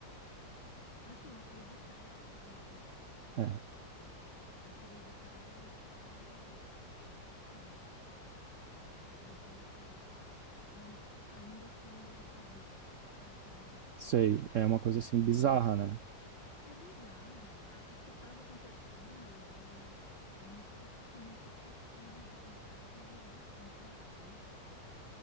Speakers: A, on the left; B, on the right.
A: assim, acreditar eu acredito.
B: é,
A: Acreditar eu, eu, é, acreditar eu acredito. Mas ainda assim não acredito. Sabe como, né?
B: sei, é uma
A: Porque
B: coisa assim bizarra, né?
A: É bizarra. A- o que estava acontecendo de, de mentira, tipo, mentir pro, pro juiz, na cara do juiz, tipo, no processo.